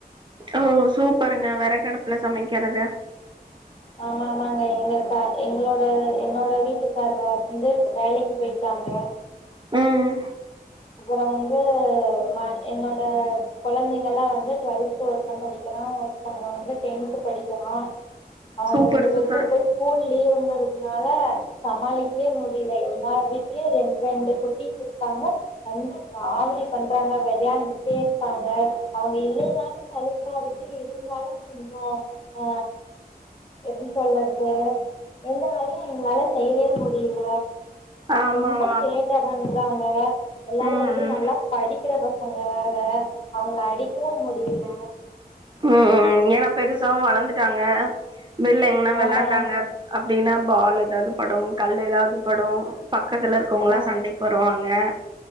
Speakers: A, on the right (about 30°); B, on the left (about 35°).
A: ஓ சூப்பருங்க வெறகடுப்புல சமைக்கிறது
B: ஆமா ஆமாங்க எங்க இப்ப எங்களோட என்னோட வீட்டுக்காரு வந்து வேலைக்கு போயிட்டாங்க
A: ம்
B: அப்புறோ வந்து ம என்னோட கொழந்தைங்கள்லா வந்து டுவல்த்து ஒருத்தன் படிக்கிறான் ஒருத்தங்க வந்து டென்த்து படிக்கிறான் அவங்க
A: சூப்பர்
B: ரெண்டு பேருக்கும்
A: சூப்பர்
B: இப்ப ஸ்கூல் லீவுங்க கிறனால சமாளிக்கவே முடில எல்லார் வீட்லியும் ரெண்டு ரெண்டு குட்டீஸ் இருக்காங்க வந்து ராவடி பண்றாங்க வெளையாண்டுட்டே இருக்காங்க அவங்க இல்லேனாலும் சலிப் ப்பா இருக்கு இருந்தாலு கொஞ்சோ ஆ எப்டி சொல்லறது எந்த வேலையு எங்களால செய்வே முடியில
A: ஆமா
B: ரொம்ப
A: ஆமா
B: சேட்ட பண் இருக்காங்க எல்லாரு
A: ம்
B: வந்து
A: ம்
B: நல்லா படிக்கிற ப வேற அவங்கள அடிக்கவு முடியில
A: ம் ஏன்னா பெருசாவு வளந்துட்டாங்க வெள்ல எங்கனா
B: ஆமா
A: வெளாண்டாங்க அப் அப்டின்னா பால் ஏதாவது படும் கல் ஏதாவது வந்து படும் பக்கத்துல இருக்கவங்களாம்
B: ஆம்
A: சண்டைக்கு வருவாங் ங்க